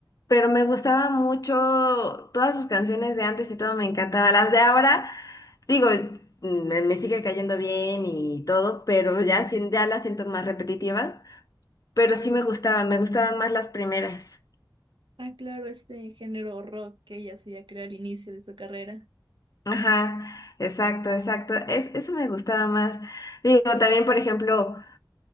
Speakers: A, on the left; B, on the right.
A: pero me gustaba mucho todas sus canciones de antes y todo me encantaba. Las de ahora, digo, mm, me, me sigue cayendo bien y todo, pero ya, sien- ya las siento más repetitivas, pero sí me gustaban, me gustaban más las primeras.
B: Ah, claro, ese género rock que ella hacía, creo, al inicio de su carrera.
A: Ajá, exacto, exacto. Es, eso me gustaba más. Digo, también, por ejemplo,